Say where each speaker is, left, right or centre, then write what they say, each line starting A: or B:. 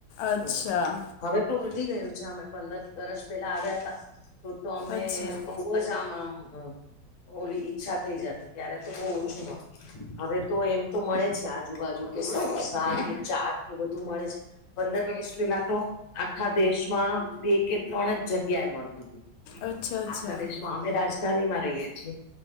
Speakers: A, on the left; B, on the left.
A: અચ્છા..
B: હમ હવે તો વધી ગયું છે. અમે પંદર વર્ષ પેલા આવ્યા હતા. તો તો અમને
A: અચ્છા
B: બ બ જ આમ આમ હોલી ઈચ્છા થઈ જતી ત્યાં. બહ ઓછી મળતું હવે તો એમ તો મળે આજુબાજુ કે સમોસા ચાટ ને બધું મળે છે. પંદર વર્ષ પેલા તો આખા દેશમાં બે કે ત્રણ જ જગ્યાએ મળતું હતુ.
A: અચ્છા અચ્છા
B: આખા દેશમાં અમે રાજધાની માં રહીએ છીએ